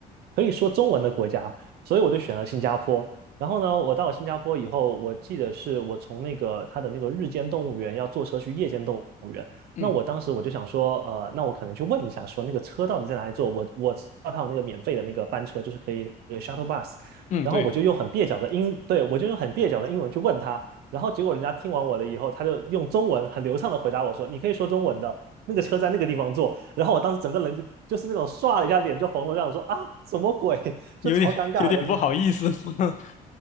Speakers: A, on the right; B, on the left.
A: 可以说中文的国家，所以我就选了新加坡。然后呢，我到了新加坡以后，我记得是我从那个他的那个日间动物园要坐车去夜间动物园。
B: 嗯
A: 那我当时我就想说，呃，那我可能去问一下，说那个车到底在哪里坐？我我知道他有那个免费的那个班车，就是可以那个 shuttle bus。
B: 嗯，
A: 然后我就用很蹩脚的英，
B: 对，
A: 对，我就用很蹩脚的英文去问他，然后结果人家听完我了以后，他就用中文很流畅的回答我说：“你可以说中文的，那个车在那个地方坐。”然后我当时整个人就就是那种唰了一下脸就红了，这样说啊，什么鬼？<laughs>
B: 有点有点不好意思。
A: 就超尴尬的。你
B: <laughs>